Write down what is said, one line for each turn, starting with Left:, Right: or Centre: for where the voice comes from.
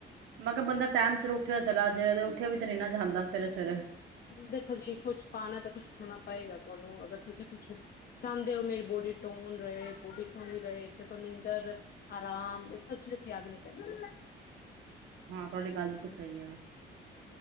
Right: ਮੈਂ ਕਿਹਾ ਬੰਦਾ ਟਾਈਮ ਸਿਰ ਉੱਠਿਆ ਦਾ ਚਲਾ ਜਾਏ ਉੱਠਿਆ ਵੀ ਤੇ ਨਹੀਂ ਨਾ ਜਾਂਦਾ ਸਵੇਰੇ ਸਵੇਰੇ
Left: ਦੇਖੋ ਜੀ ਕੁੱਛ ਪਾਣਾ ਤਾਂ ਕੁਛ ਖਣਾ ਪਏਗਾ ਤੁਹਾਨੂੰ ਅਗਰ ਤੁਸੀਂ ਕੁਛ ਚਾਹੁੰਦੇ ਹੋ ਮੇਰੀ ਬੋਡੀ ਟੋਨ ਰਹੇ ਬੋਡੀ ਸੋਹਣੀ ਰਹੇ ਇਥੇ ਤੋਂ ਨਿੰਦਰ ਆਰਾਮ ਇਹ ਸਭ ਚੀਜ਼ ਤਿਆਗ ਨੀ ਪੈਂਦੀਆਂ।
Right: ਹਾਂ ਤੁਹਾਡੀ ਗੱਲ ਬਿਲਕੁਲ ਸਹੀ ਆ।